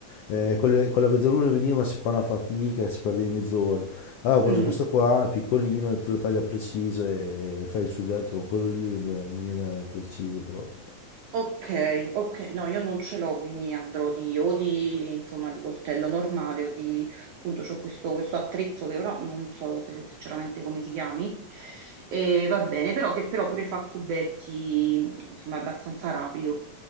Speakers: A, on the left; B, on the right.
A: Eh, con, le- con la mezzaluna veniva, ma si fa una fatica, si perde mezz'ora. Allora ho preso
B: mm.
A: questo qua, è piccolino, te lo taglia preciso e, e fai il sughetto con quello lì, beh, mi viene preciso proprio.
B: Ok, ok, no, io non ce l'ho, quindi andrò di, o di, insomma, di coltello normale o di, appunto, c'ho questo, questo attrezzo che ora non so se- so sinceramente come si chiami, e va bene, però che però pure fa cubetti, insomma, abbastanza rapido.